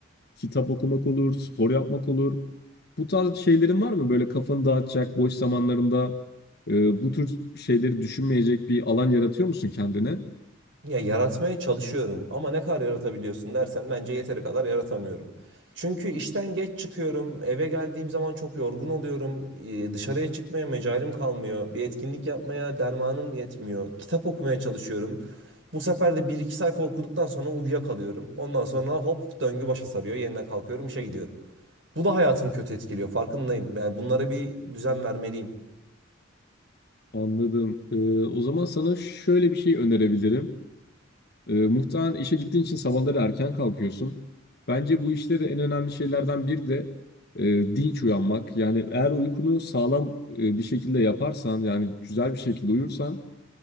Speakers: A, on the left; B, on the right.
A: Kitap okumak olur, spor yapmak olur. Bu tarz şeylerin var mı? Böyle kafanı dağıtacak, boş zamanlarında e, bu tür şeyleri düşünmeyecek bir alan yaratıyor musun kendine?
B: Ya yaratmaya çalışıyorum ama ne kadar yaratabiliyorsun dersen bence yeteri kadar yaratamıyorum. Çünkü işten geç çıkıyorum, eve geldiğim zaman çok yorgun oluyorum, e, dışarıya çıkmaya mecalim kalmıyor, bir etkinlik yapmaya dermanım yetmiyor, kitap okumaya çalışıyorum. Bu sefer de bir iki sayfa okuduktan sonra uyuyakalıyorum. Ondan sonra hop döngü başa sarıyor, yeniden kalkıyorum, işe gidiyorum. Bu da hayatımı kötü etkiliyor, farkındayım. Yani bunlara bir düzen vermeliyim.
A: Anladım. E, o zaman sana şöyle bir şey önerebilirim. E, muhtemelen işe gittiğin için sabahları erken kalkıyorsun. Bence bu işte de en önemli şeylerden biri de e, dinç uyanmak. Yani eğer uykunu sağlam e, bir şekilde yaparsan, yani güzel bir şekilde uyursan,